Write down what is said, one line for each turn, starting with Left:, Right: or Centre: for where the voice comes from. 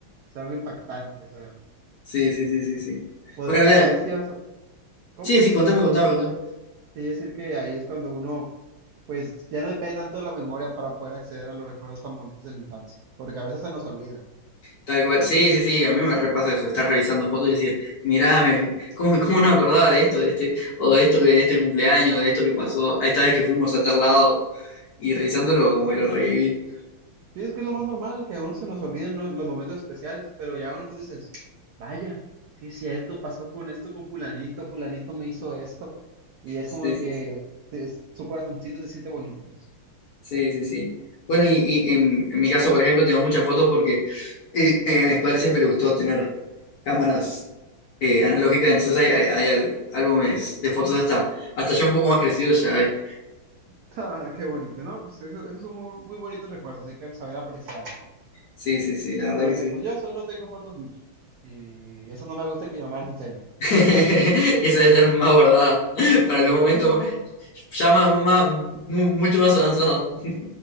Right: Es algo impactante, o sea,
Left: Sí, sí, sí, sí, sí.
Right: poder,
Left: Bueno, habla-
Right: ahora sí vas a, ¿cómo?
Left: Sí, sí, contame, contame, contame.
Right: Te iba a decir que ahí es cuando uno, pues ya no depende tanto de la memoria para poder acceder a los recuerdos tan bonitos de la infancia, porque a veces se nos olvidan.
Left: Tal cual. Sí, sí, sí, a mí me repasa eso, estar revisando fotos y decir, mirá, me- ¿cómo, cómo no me acordaba de esto, de este, o de esto que de este cumpleaños, de esto que pasó, a esta vez que fuimos a tal lado, y revisándolo como que lo reviví.
Right: Sí, es que es lo más normal, que aún se nos olvidan los los momentos especiales, pero ya una foto dices, vaya, sí es cierto, pasó con esto, con fulanito, fulanito me hizo esto, y es
Left: Sí,
Right: como
Left: sí,
Right: que
Left: sí.
Right: se- es- su corazoncito se siente bonito, pues.
Left: Sí, sí, sí. Bueno, y, y en, en mi caso, por ejemplo, tengo muchas fotos porque eh, eh, a mis padres siempre les gustó tener cámaras eh, analógicas, entonces hay, hay, hay al- álbumes de fotos hasta, hasta ya un poco más crecidos ya hay.
Right: <laughs> Ah, qué bonito, ¿no? Pues eso, esos son muy, muy bonitos recuerdos, hay que saber apreciarlos.
Left: Sí, sí, sí, la verdad
Right: Porque
Left: que sí.
Right: pues yo solo tengo fotos bichi, y esas no me gusta que mi mamá las enseñe.
Left: <laughs> Eso debe estar más guardado <laughs> para
Right: Sí,
Left: los
Right: le
Left: momentos
Right: digo, esas no,
Left: ya más, más- mu- mucho más avanzados. <laughs>